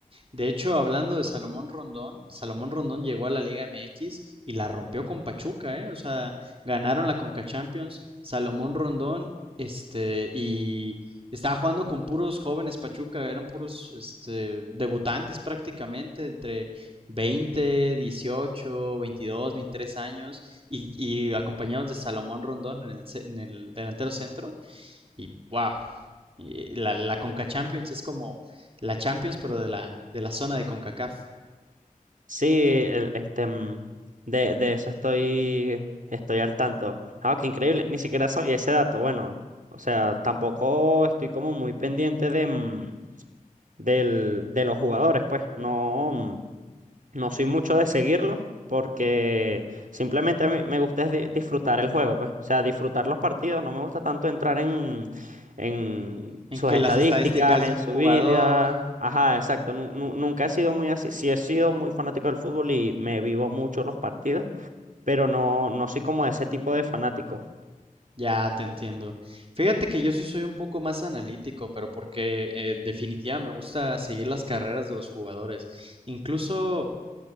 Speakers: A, on the right (about 40°); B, on the right (about 65°).
A: De hecho, hablando de Salomón Rondón, Salomón Rondón llegó a la Liga MX y la rompió con Pachuca, ¿eh? O sea, ganaron la Conca Champions, Salomón Rondón, este, y estaba jugando con puros jóvenes Pachuca, eran puros, este, debutantes prácticamente, entre 20, 18, 22, 23 años, y, y acompañados de Salomón Rondón en el, en el delantero centro. Y wow. la, la Conca Champions es como la Champions, pero de la, de la zona de CONCACAF.
B: Sí, el- este, mm, de, de eso estoy, estoy al tanto. Ah, qué increíble, ni siquiera sabía ese dato. Bueno, o sea, tampoco estoy como muy pendiente de, mm, del, de los jugadores, pues. No, mm, no soy mucho de seguirlos porque simplemente a mí me gusta es di- disfrutar el juego, pues. O sea, disfrutar los partidos. No me gusta tanto entrar en, en
A: En
B: sus
A: que
B: estadísticas,
A: las estadísticas
B: en
A: de un
B: su
A: jugador.
B: vida. Ajá, exacto. nu- nu- nunca he sido muy así. Sí he sido muy fanático del fútbol y me vivo mucho los partidos, pero no, no soy como ese tipo de fanático.
A: Ya te entiendo. Fíjate que yo sí soy un poco más analítico, pero porque eh, definitivamente me gusta seguir las carreras de los jugadores. Incluso